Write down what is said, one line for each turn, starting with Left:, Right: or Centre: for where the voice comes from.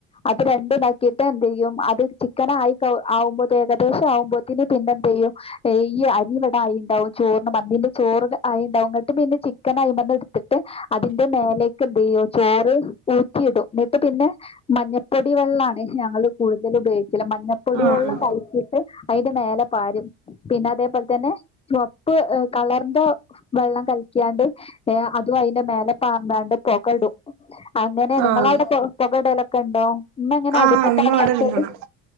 Left: അത് രണ്ടും താക്കിയിട്ട് എന്ത്യ്യും അത് ചിക്കന് ആയി ആവുമ്പോ. ഏകദേശം ആവുമ്പോത്തിന് പിന്നെ എന്തിയ്യും. ഈ അരി ഇവിടെ ആയിണ്ടാവും ചോറിന് മന്തിന്റെ ചോറ് ആയി ഉണ്ടാവും ന്നിട്ട് പിന്നെ ചിക്കനായിമന്ന് എടുത്തിട്ട് അതിന്റെ മേലേക്ക് എന്തയും ചോറ് ഊറ്റിയിടും എന്നിട്ട് പിന്നെ മഞ്ഞപ്പൊടി വെള്ളണ് ഞങ്ങള് കൂടുതൽ ഉപയോഗിക്കല് മഞ്ഞപ്പൊടി
Right: ആഹ് ആഹ്
Left: വെള്ളം കലക്കി ട്ട് അതിന്റെ മേലെ പാരും പിന്നെ അതേപോലെ തന്നെ ചുവപ്പ് കളറിന്റെ വെള്ളം കലക്കിയാണ്ട് അതും അതിന്റെ മേലെ പാർന്നാണ്ട് പൊകടും അങ്ങനെയണ്
Right: ആഹ്
Left: നിങ്ങളവിടെ
Right: ആഹ് ആഹ്
Left: പുകടലൊക്കെ ഉണ്ടോ ഇമ്മ എങ്ങനെ
Right: ആഹ്
Left: അടുപ്പത്തെ
Right: ഉമ്മ
Left: ആളക്കല്
Right: ഇവടെ ഇരിന്നതാ